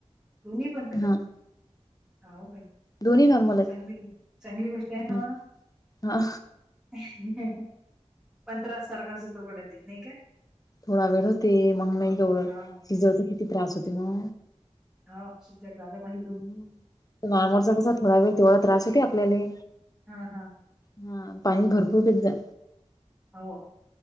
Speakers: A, in the centre; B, on the left.
A: दोन्ही पणं कां?
B: हा
A: हा ओ बाई.
B: दोन्ही नॉर्मल आहेत.
A: चांगलीय चांगली गोष्ट आहे
B: हम्म.
A: ना
B: हा
A: म. पण त्रास सारखाच होतो कुठं बी. नाहीं का?
B: थोडा वेळं होते. मगं नाहीं तेवढं.
A: हाव
B: सिझरचा किती त्रास होतो म?
A: हाव. सिझर झालं म्हणे.
B: हं. नॉर्मलचा कसां थोडा वेळं तेवढा त्रास होतं आपल्याले.
A: हां, हां.
B: हां. पाणी भरंपूर पेतं जां.
A: हो.